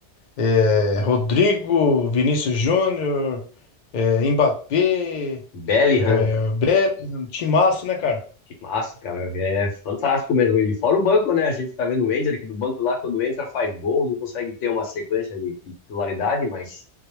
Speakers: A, on the left (about 55°); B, on the left (about 75°).
A: É, Rodrigo, Vinícius Júnior, é, Mbappé,
B: Bellingham.
A: é, Bellingham, timaço, né, cara?
B: Que massa, cara. É fantástico mesmo. E fora o banco, né? A gente tá vendo o Ender que do banco lá, quando entra, faz gol, não consegue ter uma sequência de, de titularidade, mas